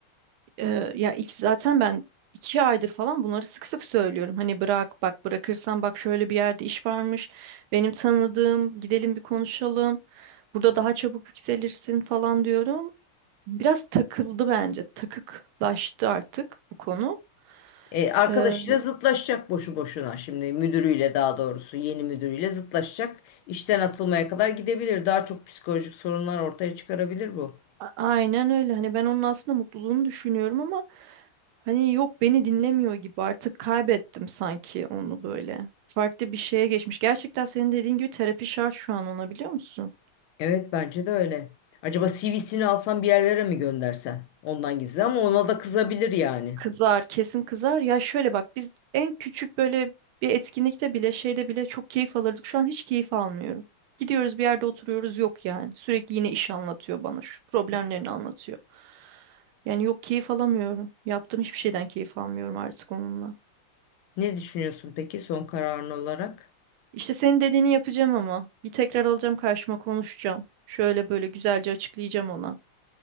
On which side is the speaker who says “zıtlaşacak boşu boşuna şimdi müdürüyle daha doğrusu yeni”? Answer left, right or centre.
Left